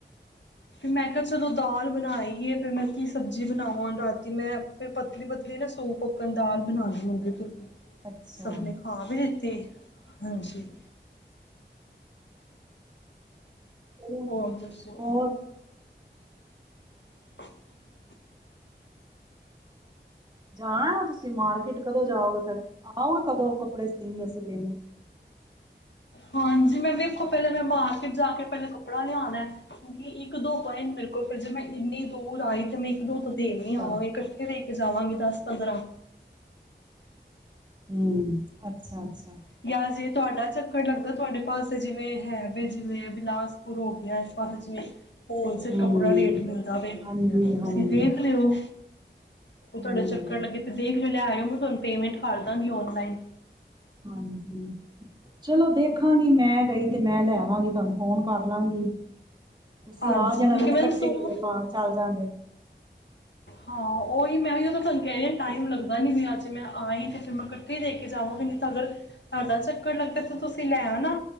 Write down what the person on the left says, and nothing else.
ਫਿਰ ਮੈਂ ਕਿਹਾ ਚਲੋ ਦਾਲ ਬਣਾਈਏ, ਫਿਰ ਮੈਂ ਕੀ ਸਬਜ਼ੀ ਬਣਾਵਾਂ ਹੁਣ? ਰਾਤੀ ਮੈਂ ਫਿਰ ਪਤਲੀ-ਪਤਲੀ ਨਾ ਸੂਪ ਅਕਣ ਦਾਲ ਬਣਾ ਲੀ ਮੂੰਗੀ ਧੋਤੀ।
ਸਬਨੇ ਖਾ ਵੀ ਲੀਤੀ। ਹਾਂਜੀ।
ਹੋਰ ਦੱਸੋ।
<inaudible>
ਹਾਂਜੀ, ਮੈਂ ਵੇਖੋ, ਪਹਿਲੇ ਮੈਂ ਮਾਰਕਿਟ ਜਾ ਕੇ ਪਹਿਲੇ ਕੱਪੜਾ ਲਿਆਣਾ। ਕਿਉਂਕਿ ਇੱਕ ਦੋ ਪੁਆਇੰਟ ਮੇਰੇ। ਪੇ ਜੈ ਮੈਂ ਇੰਨੀ ਦੂਰ ਆਈ ਤੇ ਮੈਂ ਇੱਕ- ਦੋ <unintelligible>
ਕੇ ਜਾਵਾਂਗੇ ਦਸ ਪੰਦਰਾਂ।
ਜਾਂ ਜੇ ਤੁਹਾਡਾ ਚੱਕਰ ਲੱਗਦਾ, ਤੁਹਾਡੇ ਪਾਸੇ ਜਿਵੇਂ ਹੈ, ਵੀ ਜਿਵੇਂ ਬਿਲਾਸਪੁਰ ਹੋ ਗਿਆ, ਇਸ ਪਾਸੇ ਜਿਵੇਂ ਹੋਲਸੇਲ
ਕੱਪੜਾ ਰੇਟ ਮਿਲਦਾ ਵ,
ਤੁਸੀਂ ਦੇਖ ਲਿਓ। ਤੁਹਾਡੇ
ਚੱਕਰ ਲੱਗੇ, ਤੇ ਦੇਖ ਲ ਲੈ ਆਇਓ, ਮੈਂ ਤੁਹਾਨੂੰ ਪੇਮੈਂਟ ਕਰ ਦਾਂਗੀ ਔਨਲਾਈਨ।
ਹਾਂਜੀ
ਕਿਉਂਕਿ
ਮੈਨੂੰ
ਸੂਟ
ਹਾਂ, ਉਓਹੀ ਮੈਂ ਦੋਂ ਤੁਹਾਨੂੰ, ਕਹਿ ਰ ਹ ਟਾਈਮ ਲੱਗਦਾ ਨੀ, ਵੀ ਅਜੇ ਮੈਂ ਆਈ, ਤੇ ਫਿਰ ਮੈਂ ਇਕੱਠੇ ਦੇ ਕੇ ਜਾਵਾਂਗੀ। ਨਹੀ ਤਾਂ, ਅਗਰ ਤੁਹਾਡਾ ਚੱਕਰ ਲੱਗਦਾ, ਤੇ ਤੁਸੀਂ ਲੈਆਨਾ।